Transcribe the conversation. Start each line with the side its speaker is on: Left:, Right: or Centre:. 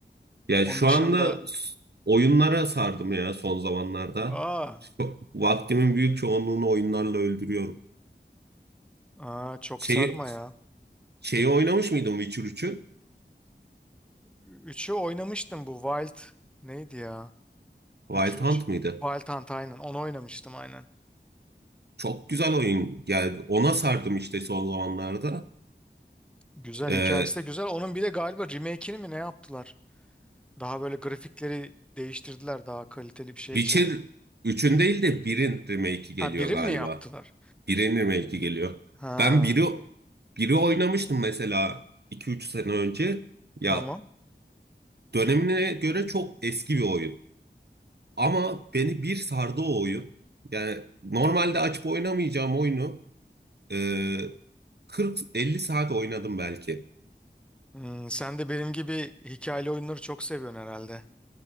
Right: ya
Centre: Onun
Right: şu
Centre: dışında
Right: anda s- oyunlara sardım ya son zamanlarda.
Centre: aa,
Right: Çok- vaktimin büyük çoğunluğunu oyunlarla öldürüyorum.
Centre: aa çok
Right: Şeyi,
Centre: sarma ya.
Right: şeyi oynamış mıydım Witcher üçü?
Centre: Üçü oynamıştım bu Wild neydi ya?
Right: Wild
Centre: Witcher
Right: Hunt
Centre: üç
Right: mıydı?
Centre: Wild Hunt aynen onu oynamıştım aynen.
Right: Çok güzel oyun geldi. Ona sardım işte son zamanlarda.
Centre: Güzel
Right: Ee,
Centre: hikayesi de güzel. Onun bir de galiba remake'ini mi ne yaptılar? Daha böyle grafikleri değiştirdiler daha kaliteli bir şeye
Right: Witcher
Centre: çevir.
Right: üçün değil de birin remake'i geliyor
Centre: Ha birim
Right: galiba.
Centre: mi yaptılar?
Right: Birinin remake'i geliyor.
Centre: Ha
Right: Ben biri biri oynamıştım mesela iki üç sene önce. Ya
Centre: tamam.
Right: dönemine göre çok eski bir oyun. Ama beni bir sardı o oyun. Yani normalde açıp oynamayacağım oyunu e, 40-50 saat oynadım belki.
Centre: Hmm, sen de benim gibi hikayeli oyunları çok seviyorsun herhalde.